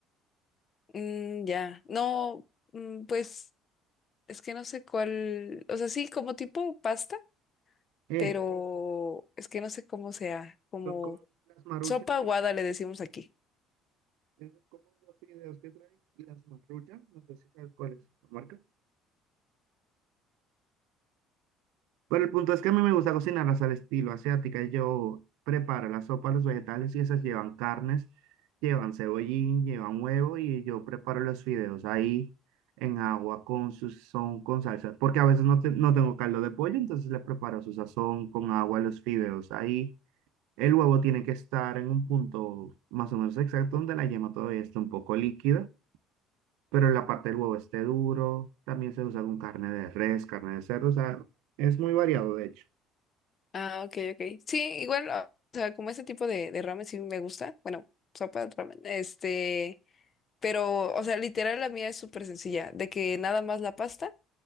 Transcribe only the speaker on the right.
Eh,
sí,
son como las maruchan,
que
son como los fideos que traen y las maruchan, no sé si sabes cuál es la marca. Pero el punto es que a mí me gusta cocinarlas al estilo asiática. Yo preparo la sopa, los vegetales y esas llevan carnes, llevan cebollín, llevan huevo y yo preparo los fideos ahí en agua con su sazón, con salsa. Porque a veces no, te- no tengo caldo de pollo, entonces le preparo su sazón con agua, los fideos ahí. El huevo tiene que estar en un punto más o menos exacto donde la yema todavía esté un poco líquida, pero la parte del huevo esté duro. También se usa con carne de res, carne de cerdo, o sea, es muy variado de hecho.